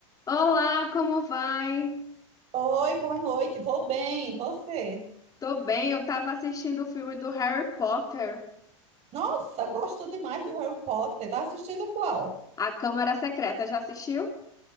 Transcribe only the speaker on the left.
Olá, como vai?
Tô bem, eu tava assistindo o filme do Harry Potter,
A Câmara Secreta. Já assistiu?